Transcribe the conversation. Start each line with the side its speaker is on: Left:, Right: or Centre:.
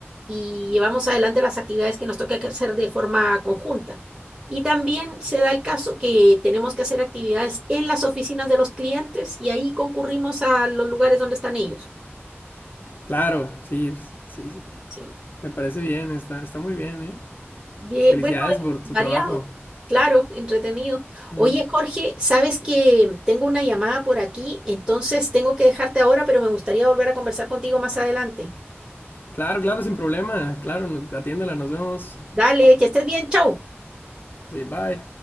Right: y llevamos adelante las actividades que nos toca que hacer de forma conjunta. Y también se da el caso que tenemos que hacer actividades en las oficinas de los clientes y ahí concurrimos a los lugares donde están ellos.
Left: Claro, sí, pues, sí, sí.
Right: ¿sí?
Left: Me parece bien, está, está muy bien, ¿eh?
Right: Bien,
Left: Felicidades
Right: bueno,
Left: por
Right: es variado,
Left: tu trabajo.
Right: claro, entretenido.
Left: Ujú.
Right: Oye, Jorge, sabes que tengo una llamada por aquí, entonces tengo que dejarte ahora, pero me gustaría volver a conversar contigo más adelante.
Left: Claro, claro, sin problema. Claro, no- atiéndela, nos vemos.
Right: Dale, que estés bien, chao.
Left: Sí, bye.